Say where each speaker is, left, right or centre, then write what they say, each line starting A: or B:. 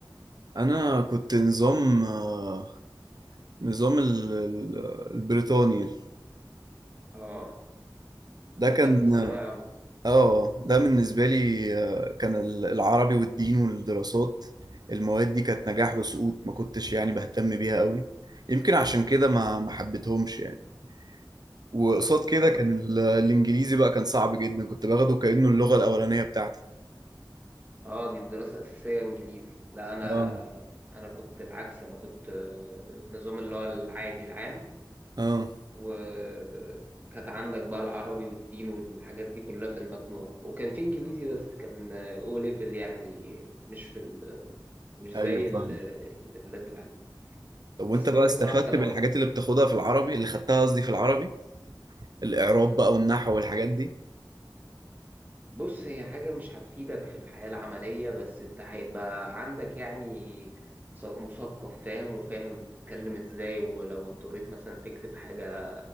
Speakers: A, on the right; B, on the right.
A: انا كنت نظام آه، النظام ال- ال- البريطاني
B: اه
A: ده
B: أنا
A: كان
B: خدت ثانوية عامة
A: اه ده بالنسبة لي آه، كان ال- العربي والدين والدراسات المواد دي كانت نجاح وسقوط ما كنتش يعني بهتم بيها قوي يمكن عشان كده ما ما حبيتهمش يعني وقصاد كده
B: آه.
A: كان ال- الانجليزي بقى كان صعب جدا كنت باخده كأنه اللغة الأولانية بتاعتي
B: اه دي الدراسة الأساسية إنجليزي لا أنا
A: اه
B: أنا كنت العكس أنا كنت آه، نظام اللي هو العادي العام
A: اه
B: وكانت عندك بقى العربي والدين والحاجات دي كلها في المجموع وكان في إنجليزي بس كان أو ليفل يعني مش في ال... مش زي
A: ايوه فاهم
B: ال- الليفلات العالية
A: طب
B: بس
A: وانت بقى
B: أنا الصراحة
A: استفدت
B: سنة
A: بالحاجات اللي بتاخدها في العربي اللي خدتها قصدي في العربي الإعراب بقى والنحو والحاجات دي
B: بص هي حاجة مش هتفيدك في الحياة العملية بس أنت هيبقى عندك يعني مثقف فاهم وفاهم تتكلم ازاي ولو اضطريت مثلا تكتب حاجة